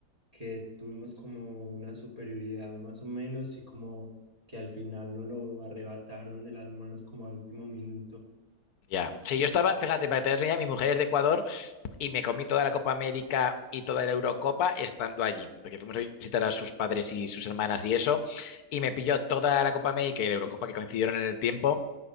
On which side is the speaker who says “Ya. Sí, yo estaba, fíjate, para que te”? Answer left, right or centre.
Left